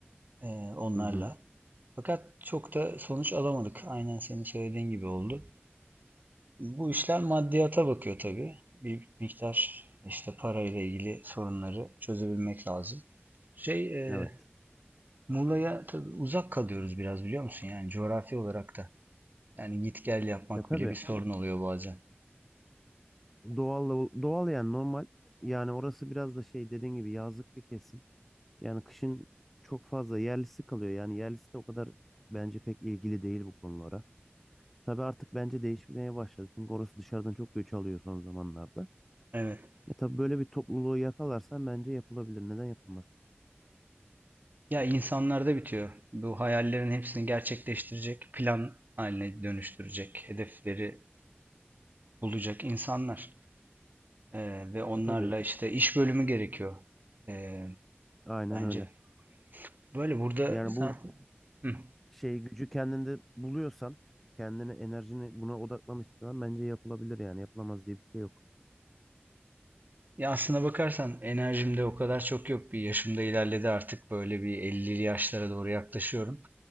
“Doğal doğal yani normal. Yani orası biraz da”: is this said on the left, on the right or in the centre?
Centre